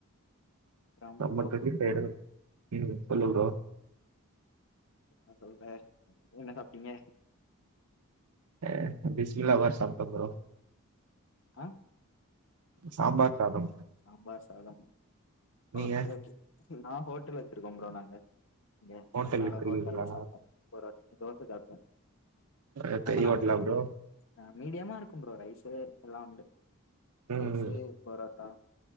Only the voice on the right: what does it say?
நம்ம
டுவன்ட்டி ஃபைவ் எடுக்கணு இன்னு சொல்லு
ப்ரோ
ஏ, பிஸ்மில்லா பா சாப்ட்டே ப்ரோ.
சாம்பார் சாதம்.
நீங்க
ஹோட்டல்
இருக்கீங்களா
அஹ்
பெரிய
ஹோட்டலா
ப்ரோ
ம்